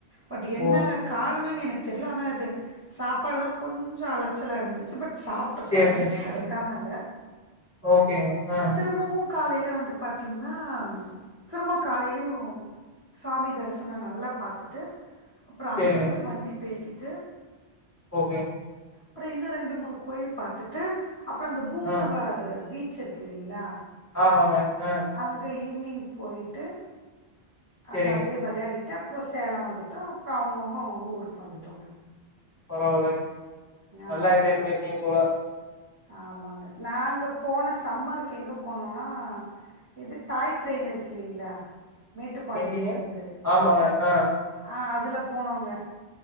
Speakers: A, on the right; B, on the left.
A: பட் என்ன
B: ஓ
A: காரணனு எனக் தெர்ல ஆனா இது சாப்பாடு தா கொஞ்சோ அலச்சலா இருந்துச்சு பட் சாப்டோ
B: சேரி
A: கடச்சிச்சு
B: சேரி
A: கடைக்காம இல்ல
B: ஓகேங்க ஆ
A: திரும்பவு காலைல வந்து பாத்தீங்கன்னா ம் திரும்ப காலைலயு சாமி தரிசனோ நல்லா பாத்துட்டு அப்றோ
B: சேரிங்க
A: அங்கிருந்து வண்டி பேசிட்டு
B: ஓகே
A: அப்றோ இன்னு ரெண்டு மூணு கோயில் பாத்துட்டு அப்றோ அந்த
B: ஆ
A: பாரு பீச் இருக்கு இல்லைங்ளா
B: ஆமாங்க ஆ
A: அங்க ஈவி்னிங் போயிட்டு
B: சேரிங்க
A: அங்க அப்டியே வெளையாடிட்டு அப்றோ சேல வந்துட்டோ அப்றோ அவங்கவுங்க அவங்கவுங்க ஊருக்கு வந்துட்டோங்க
B: பரவாலைங் நல்லா
A: ஆ-
B: என்ஜாய் பண்ணிருப்பீங்க போல
A: ஆமாங்க நாங்க போன சம்மருக்கு எங்க போனோனா இது டாய் ட்ரெயின் இருக்கு இல்லலைங்ளா மேட்டுப்பாளையத்தல
B: எங்கீங்க?
A: இருந்து.
B: ஆமாங்க. ஆ
A: ஆ அதுல போனோங்க